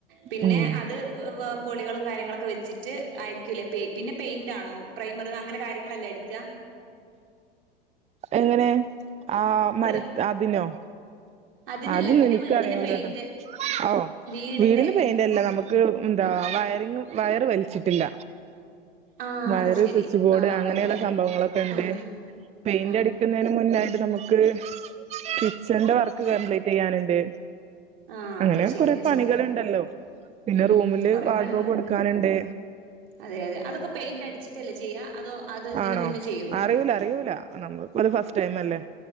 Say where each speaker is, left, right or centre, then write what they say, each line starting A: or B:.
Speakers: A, on the right; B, on the right.
A: പിന്നെ
B: ഉം
A: അത് വ പൊളികളും കാര്യങ്ങളൊക്കെ വെച്ചിട്ട് ആയിരിക്കൂലേ പെയ് പിന്നെ പെയിന്റാണോ പ്രൈമറ് അങ്ങനെ കാര്യങ്ങളല്ലേ അടിക്ക?
B: എങ്ങനെ ആ മര
A: പ്ര
B: അതിനോ?
A: അതിനല്ല
B: അത്
A: പിന്നെ
B: എനിക്കറിയൂലട്ടോ
A: വീടിന് പെയിന്റ്
B: ഓ
A: വീടിന്റെ
B: വീടിന് പെയിന്റല്ല നമ്മ ക്ക്‌ എന്താ വയറിങ് വയറ് വലിച്ചിട്ടില്ല.
A: ആഹ്
B: വയറ്,
A: അത് ശരി
B: സ്വിച്ച് ബോർഡ്
A: ആഹ്
B: അങ്ങനെയുള്ള
A: വലിക്കാൻ
B: സംഭവങ്ങളൊക്കെ ഇണ്ട്.
A: ആഹ്
B: പെയിന്റടിക്കുന്നേന്
A: ആഹ്
B: മുന്നായിട്ട് നമു ക്ക്‌ കിച്ചന്റെ വർക്ക് കംപ്ലീറ്റ് ചെയ്യാനുണ്ട്.
A: ആഹ് അതെ
B: അങ്ങനെ
A: ശരിയാ
B: കൊറെ പണികള്ണ്ടല്ലോ
A: ശരിയാ
B: പിന്നെ
A: ഉം
B: റൂമില്
A: കൊറെ
B: വാഡ്രോബ്
A: പണികളുണ്ട്
B: കൊടുക്കാന്ണ്ട്.
A: അതെ അതെ അതൊക്കെ പെയിന്റടിച്ചിട്ടല്ലേ ചെയ്യ അതോ അത് അതിനു
B: ആണോ
A: മുന്നേ ചെയ്യോ?
B: അറിയൂല അറിയൂല നമ്മ അത് ഫസ്റ്റ് ടൈം അല്ലേ